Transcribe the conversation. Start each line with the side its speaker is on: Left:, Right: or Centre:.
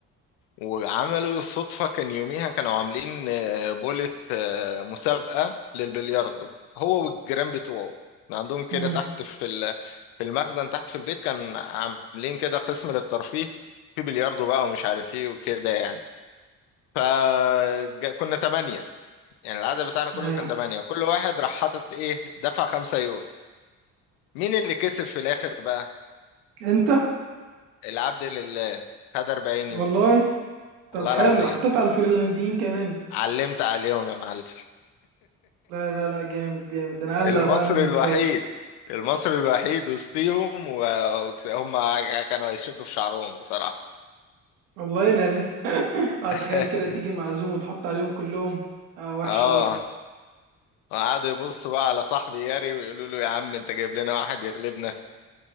Left: وعملوا صدفة كان يوميها كانوا عاملين آه، بولة آه، مسابقة للبلياردو هو والجيران بتوعه كان عندهم كده
Right: امم
Left: تحت في ال... في المخزن تحت في البيت كان عاملين كده قسم للترفيه في بلياردو بقى ومش عارف ايه وكده يعني فكنا تمانية يعني العدد بتاعنا كله
Right: ايوه
Left: كان تمانية وكل واحد راح حاطط ايه دفع خمسة يورو مين اللي كسب في الآخر بقى
Right: انت
Left: العبد لله خد 40
Right: والله
Left: يورو
Right: طب
Left: والله
Right: حلو
Left: العظيم
Right: حطيت على الفنلنديين كمان
Left: علمت عليهم يا معلم
Right: لا لا لا جامد جامد ده انا قلق
Left: المصري
Right: بقى من المستوى
Left: الوحيد المصري الوحيد وسطيهم وهم كانوا هيشدوا في شعرهم بصراحة
Right: والله لذيذ <laughs> اه
Left: <laughs>
Right: تخيل كده تيجي معزوم وتحط عليهم كلهم اه وحشه
Left: اه
Right: برضه
Left: وقعدوا يبصوا بقى على صاحبي ياري ويقولوا له يا عم انت جايب لنا واحد يغلبنا